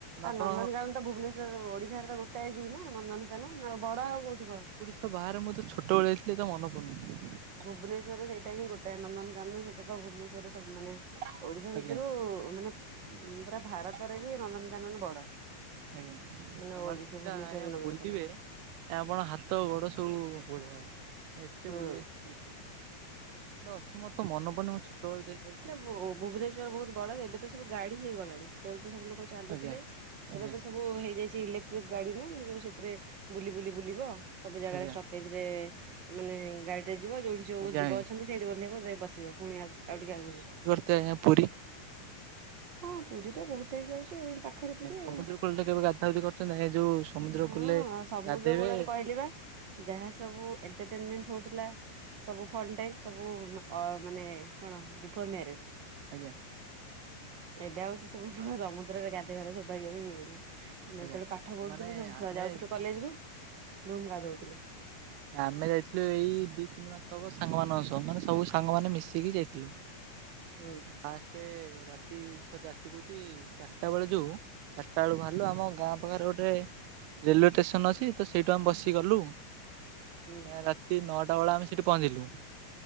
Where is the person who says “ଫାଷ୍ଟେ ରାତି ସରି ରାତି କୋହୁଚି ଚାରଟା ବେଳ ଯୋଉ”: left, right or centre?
Right